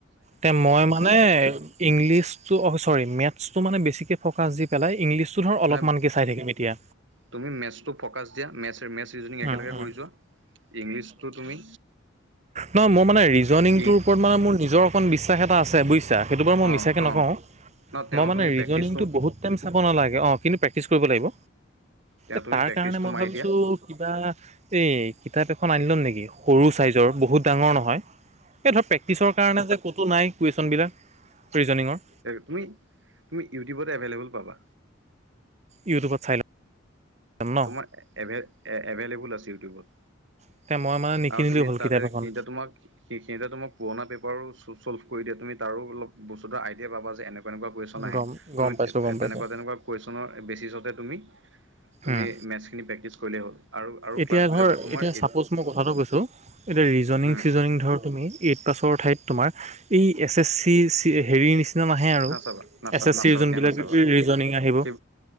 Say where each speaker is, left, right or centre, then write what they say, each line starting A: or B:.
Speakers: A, on the right; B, on the right.
A: তে মই মানে ইংলিছটো চৰি মেথছটো মানে বেছিকে ফ'কাছ দি পেলাই ইংলি ছো ধৰ অলপমানকে
B: নাই
A: চাই থাকিম এতিয়া।
B: তুমি মেথছটো ফ'কাছ দিয়া মেথছ মেথছ ৰিজনিং একেলগে
A: উম উম
B: কৰি যোৱা। ইংলিছটো তুমি
A: নহ মোৰ মানে ৰিজনিংটোৰ
B: ই
A: ওপৰত মানে মোৰ নিজৰ বিশ্বাস এটা আছে বুজিছা সেইটো মানে মই
B: অ'
A: মিছাকে
B: অ'
A: নকওঁ,
B: ন তেওঁ
A: মই মানে
B: তুমি প্ৰেক্টিচটো
A: ৰেচনিংটো ব হুত টাইম চাব নালাগে, অঁ কিন্তু প্ৰেক্টিছ কৰিব লাগিব।
B: তেওঁ
A: এই
B: তুমি
A: তাৰ
B: প্ৰেক্টিচটো
A: কাৰণে মই
B: মাৰি
A: ভাবিছোঁ
B: দিয়া
A: কিবা এই কিতাপ এখন আনি ল'ম নেকি সৰু চাইজৰ বহুত ডাঙৰ নহয়। এই ধৰ প্ৰেক্টিচৰ কাৰণে যে ক'তো নাই কুৱেশচন বিলাক ৰিজনিঙৰ।
B: তুমি তুমি ইউটিউবতে এভেইলেবল পাবা।
A: ইউটিবত চাই লম। ন
B: তোমাৰ এভে এভেইলেবল আছে ইউটিউবত।
A: এতিয়া মই মানে নিকিনিলেও
B: আৰু তুমি
A: হ'ল
B: তাতে
A: কিতাপ এখন
B: কেইটা তোমাক। সেইখিনতে তোমাক পুৰণা পেপাৰো চ চলভ কৰি দিয়া তুমি তোলপ বস্তু আইডিয়া পাবা যে এনে- বা তেনেকুৱা কুৱেশ্যন আহে
A: গম গম
B: তুমি
A: পাইছোঁ
B: তেনেকুৱা
A: গম পাইছোঁ
B: তেনেকুৱা কুৱেশ্যনৰ বেছিজতে তুমি- তুমি
A: উম
B: মেটছখিনি প্ৰেকটিছ কৰিলে হ'ল। আৰু আৰু
A: এতিয়া
B: ক্লাছবিলাকত
A: ধৰ
B: তোমাৰ
A: এতিয়া চাপ'জ মই কথাটো কৈছোঁ এতিয়া ৰিজনিং
B: উম
A: চিজনিং ধৰ তুমি- এইট পাছৰ ঠাইত তোমাৰ এই এছ এছ চি চি- হেৰি নিচিনা নাহে আৰু
B: নাচাবা
A: এছ
B: নাচা
A: এছ
B: নাচাবা
A: চিৰ যোনবিলাক
B: সেয়া নাচাবা
A: ৰিজনং আহিব।
B: সেই